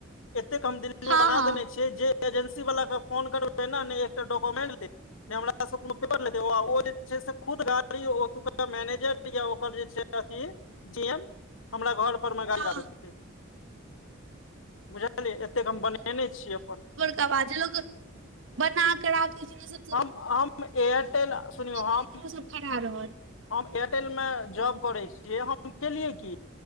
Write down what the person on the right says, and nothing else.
हँ
हँ
हँ
तब आज लोग, बना क के राखै छै से न
लेकिन ओ सब खड़ा रहत